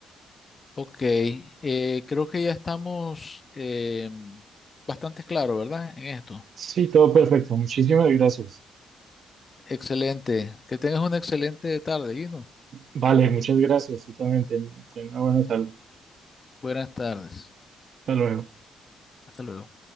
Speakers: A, on the left (about 30°); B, on the right (about 60°).
A: Ok, eh, creo que ya estamos eh, bastante claros, ¿verdad? En esto.
B: Sí, todo perfecto, muchísimas gracias.
A: Excelente. Que tengas una excelente tarde, Gino.
B: Vale, muchas gracias, tú también, ten, ten una buena tarde.
A: Buenas tardes.
B: Hasta luego.
A: Hasta luego.